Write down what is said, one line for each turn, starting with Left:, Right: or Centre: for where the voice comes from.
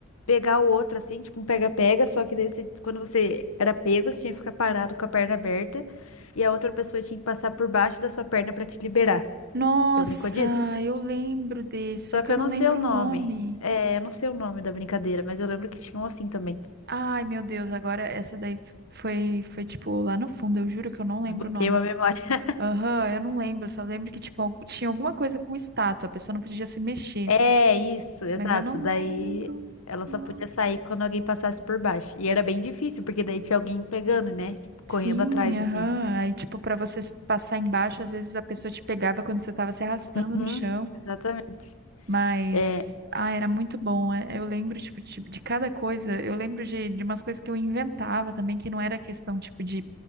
Left: pegar o outro, assim, tipo um pega-pega, só que daí você- quando você era pego, você tinha que ficar parado com a perna aberta e a outra pessoa tinha que passar por baixo da sua perna pra te liberar.
Right: Nossa,
Left: Já brincou disso?
Right: eu lembro desse,
Left: Só
Right: só que
Left: que
Right: eu
Left: eu
Right: não
Left: não
Right: lembro
Left: sei o nome.
Right: o nome.
Left: É, eu não sei o nome da brincadeira, mas eu lembro que tinha um assim também.
Right: Ai, meu Deus, agora essa daí foi, foi tipo lá no fundo, eu juro que eu não
Left: Desbloqueei
Right: lembro o nome.
Left: uma memória.
Right: Aham, eu não lembro, só lembro que, tipo, algu- tinha alguma coisa com estátua, a pessoa não podia se mexer,
Left: É, isso, exato.
Right: mas eu não
Left: Daí
Right: lembro.
Left: ela
Right: Não.
Left: só podia sair quando alguém passasse por baixo. E era bem difícil, porque daí tinha alguém pegando, né? Tipo, correndo
Right: Sim,
Left: atrás,
Right: aham.
Left: assim.
Right: Aí, tipo, pra você s- passar embaixo, às vezes a pessoa te pegava quando você tava se arrastando
Left: Uhum,
Right: no chão.
Left: exatamente.
Right: Mas,
Left: É,
Right: ah, era muito bom. é- Eu lembro, tipo, de, de cada coisa. Eu lembro de, de umas coisas que eu inventava também, que não era questão, tipo, de